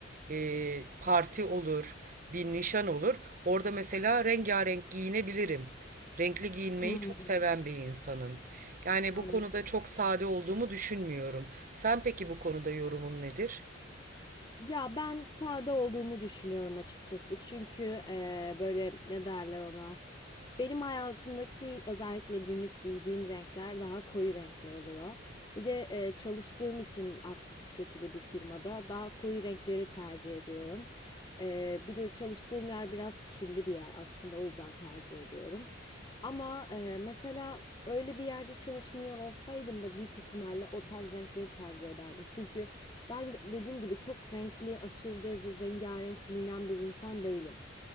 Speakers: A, on the right (about 45°); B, on the left (about 25°).
A: e, parti olur, bir nişan olur. Orada mesela rengarenk giyinebilirim. Renkli giyinmeyi
B: Hı. hı.
A: çok seven bir insanım. Yani
B: Anladım.
A: bu konuda çok sade olduğumu düşünmüyorum. Sen peki bu konuda yorumun nedir?
B: Ya ben sade olduğumu düşünüyorum açıkçası. Çünkü eee, böyle ne derler ona? Benim hayatımdaki özellikle günlük giydiğim renkler daha koyu renkler oluyor. Bir de e, çalıştığım için aktif bir şekilde bir firmada daha koyu renkleri tercih ediyorum. E, bir de çalıştığım yer biraz kirli bir yer aslında o yüzden tercih ediyorum. Ama e, mesela öyle bir yerde çalışmıyor olsaydım da büyük ihtimalle o tarz renkleri tercih ederdim. Çünkü ben dediğim gibi çok renkli, aşırı derece rengarenk giyinen bir insan değilim.